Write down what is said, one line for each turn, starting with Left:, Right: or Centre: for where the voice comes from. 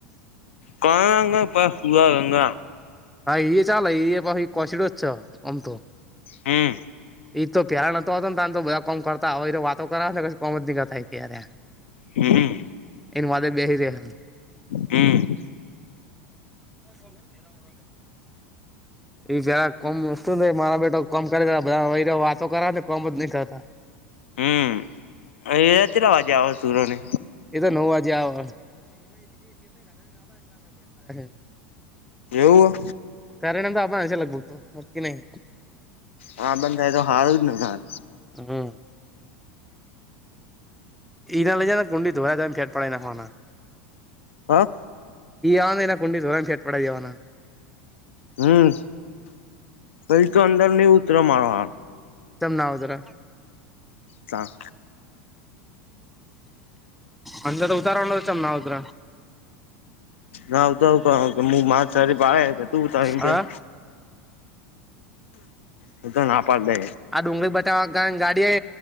Left: ક પા સુવા ગંગ.
Centre: હા ચાલ પ કછડ છો એમ તો.
Left: હમ્મ.
Centre: એઈ તો પ્યાર નોતો ને આમ તો બધા કોમ કરતા હોય એ તો વાતો કરાવ ને કોમ જ દીક થાય કે
Left: હમ
Centre: એન વાદે બેહી રહ.
Left: હમ્મ.
Centre: એ એ જરા કોમ વસ્તુ ન મારા બેટા કમ કરી દે બધા વાતો કરા ને કમ જ નહી કરતા.
Left: હમ્મ એ રવાજે આવ સુૂરો ને?
Centre: એ તો નવ આવજે આવે. <inaudible>
Left: એવું
Centre: કારણ તો આપ હચ લગભગતો નક્કી નહી
Left: આા બંધ થાય તો હારું જ નાર.
Centre: હમ્મ. એના લજાને કું દધરા દમ ફડ પડાય નાખવાના.
Left: હા.
Centre: આવવાનના કુંડી દોય્ રામ સેટ પડે દેવાના.
Left: હમ્મ પઈ તો અંદર નઈ ઉતરો મારો હાર.
Centre: સમ ના ઉતરે.
Left: સાાર
Centre: અજ તો ઉતારણ ચમ ઉરા.
Left: ના આવ તો ક હ મારે સારી પાળ તું તો કેમ.
Centre: હા
Left: હ તો નાપાર બે.
Centre: આ ડુંગળી બેઠાવા ગાડી